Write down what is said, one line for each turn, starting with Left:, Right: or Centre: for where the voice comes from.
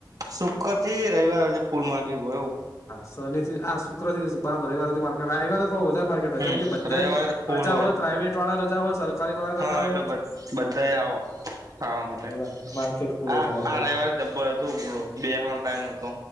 Right: સુુકર થી રવિવાર આજે ફૂલ માર્કેટ ભરુ
Left: શનિ થી આ શુક્ર થી બરાબર રવાર મા રાહી વાળ તો વધારે માર્કેટ હોય
Right: હમ
Left: જેમ કે બધા
Right: રવિવારે તો ફૂલ
Left: રજા હોય પ્રાાઈવેટ વાળા રજા હોય સરકારી વાળા
Right: હા
Left: રજા હોય
Right: બધા આવો હા માટે
Left: એટલે માર્કેટ પૂરો
Right: હ
Left: તમારે
Right: આ
Left: તો
Right: રવિવારે જબ્બર હતો ઉપડ બેવાનો ટાઈમ ન હતો